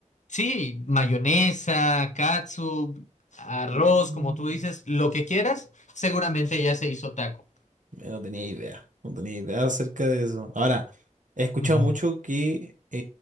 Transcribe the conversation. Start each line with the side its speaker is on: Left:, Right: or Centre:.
Left: sí, mayonesa, catsup, arroz,
Right: Mm.
Left: como tú dices, lo que quieras, seguramente ya se hizo taco.
Right: Eh, No tenía idea, no tenía idea acerca de eso. Ahora, he escuchado
Left: Ujú.
Right: mucho que, eh,